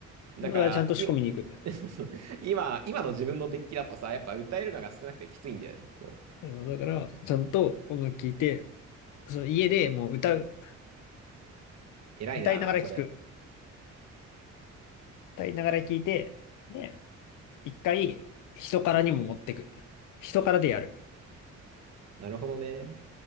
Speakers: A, on the right (about 60°); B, on the left (about 85°).
A: だから、
B: だからちゃんと仕込みに行くんだよ。
A: い、<laughs> そうそう。今、今の自分のデッキだとさ、やっぱ歌えるのが少なくてきついんだよね。そう。
B: あのだから、ちゃんと音楽聴いて、その家でもう歌う、
A: 偉いなあ、
B: 歌いながら聴く。
A: それ。
B: 歌いながら聴いて、で、一回、人からにも持ってく。人からでやる。
A: なるほどね。